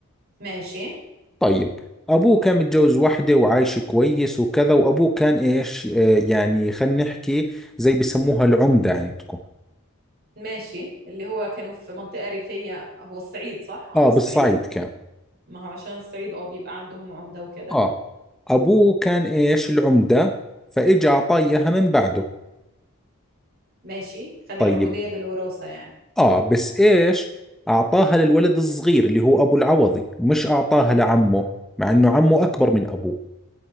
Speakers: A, on the right; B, in the centre.
A: ماشي
B: طيب أبوه كان متجوز وحده وعايش كويس وكذا وأبوه كان إيش آه، يعني خلينا نحكي زي بسموها العمدة عندكم
A: ماشي اللي هو كانوا في منطقة ريفية هو الصعيد صح؟ اه
B: آه
A: في الصعيد
B: بالصعيد كان
A: ما هو عشان الصعيد اه بيبقى عندهم عمدة وكده
B: آه أبوه كان إيش العمدة فإجا أعطاه إياها من بعده
A: ماشي خد
B: طيب
A: العمودية بالوراثة يعني
B: آه بس إيش أعطاها للولد الصغير اللي هو أبو العوضي مش أعطاها لعمه مع إنه عمه أكبر من أبوه